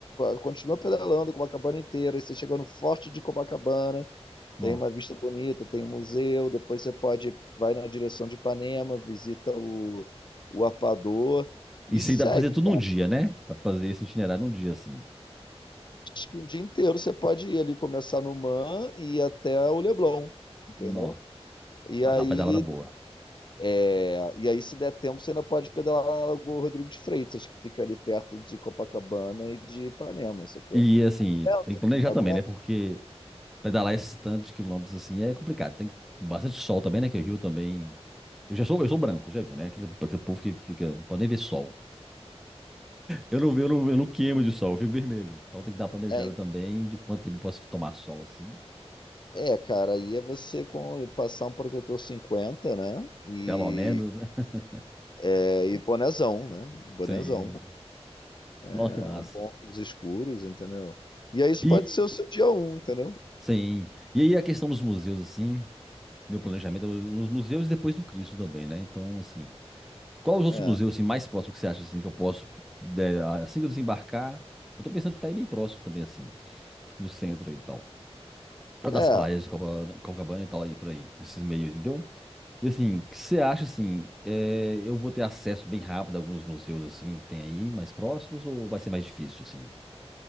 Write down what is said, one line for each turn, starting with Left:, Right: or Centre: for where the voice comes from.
Left: continua pedalando Copacabana inteira, aí você chega no Forte de Copacabana,
Centre: Nó.
Left: tem uma vista bonita, tem um museu, depois você pode vai na direção de Ipanema, visita o, o Arpador e
Centre: Isso
Left: segue.
Centre: aí dá pra fazer tudo num dia, né? Dá pra fazer esse itinerário num dia, assim.
Left: Acho que o dia inteiro você pode ir ali começar no Man e ir até o Leblon, entendeu?
Centre: Nó.
Left: E
Centre: Vai
Left: aí,
Centre: dar uma pedalada boa.
Left: é, e aí, se der tempo, você ainda pode pedalar lá na Lagoa Rodrigo de Freitas, que fica ali perto de Copacabana e de Ipanema, sacou?
Centre: E, assim,
Left: Aguenta,
Centre: tem que planejar
Left: aguenta.
Centre: também, né? Porque pedalar esse tanto de quilômetros, assim, é complicado. Tem bastante sol também, né? Que o Rio também... Eu já sou, eu sou branco, já viu, né? Aquele, aquele povo que fica... Não pode nem ver sol. Eu não, eu não, eu não queimo de sol, eu fico vermelho. Então tem que dar uma planejada
Left: É,
Centre: também de quanto tempo eu posso tomar sol, assim.
Left: É, cara, aí é você com, passar um protetor 50, né? E,
Centre: Pelo menos, né? <laughs>
Left: é, e bonezão, né? Bonezão.
Centre: Sim. Nossa,
Left: É,
Centre: que massa.
Left: um bom óculos escuros, entendeu? E aí isso
Centre: E...
Left: pode ser o seu dia um, entendeu?
Centre: Sim. E aí a questão dos museus, assim... Meu planejamento é nos museus e depois do Cristo também, né? Então, assim, qual os outros
Left: É.
Centre: museus assim, mais próximos que você acha assim, que eu posso, é, assim que eu desembarcar? Eu tô pensando em ficar aí bem próximo também, assim, no centro aí e tal. Ou das
Left: É,
Centre: praias de Copacabana, Copacabana e tal, aí por aí, esses meios, entendeu? E assim, o que você acha assim? é, eu vou ter acesso bem rápido a alguns museus assim que tem aí, mais próximos, ou vai ser mais difícil, assim?